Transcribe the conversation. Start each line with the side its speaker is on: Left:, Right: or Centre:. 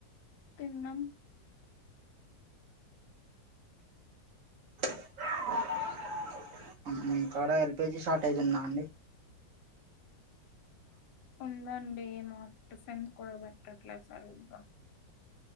Left: తిన్నం
Right: <unintelligible> మీకడా ఎల్పిజీ షార్టేజ్ ఉందా అండి.
Left: ఉందండి మాకు టిఫన్ కూడా పెట్టట్లే సరిగ్గా.